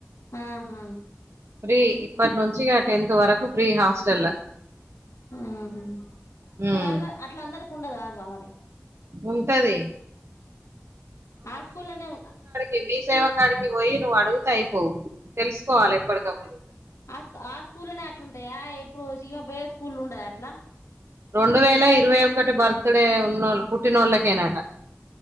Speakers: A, on the left; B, on the right.
A: ఆ ఆహా
B: ఫ్రీ ఇప్పటి నుంచి ఇగ టెన్త్ వరకు ఫ్రీ హాస్టల్ల
A: ఊహు హు
B: హ్మ్
A: మరి అంద అట్లా అందరికి ఉండదా అబ్బా మరి
B: ఉంటది
A: ఆ స్కూల్నే ఆ
B: ఈ మీసేవకాడికి పోయి నువ్వు అడుగుతే అయిపోవు తెలుసుకోవాలి ఎప్పటికప్పుడు
A: ఆ ఆ స్కూల్నే అట్లుంటాయా ఇప్పుడు జీమ పోయే స్కూల్లు ఉండదా అట్లా
B: రెండు వేల ఇరవై ఒకటి బర్త్ డే ఉన్నోళ్ళు పుట్టినోళ్ళకేనాట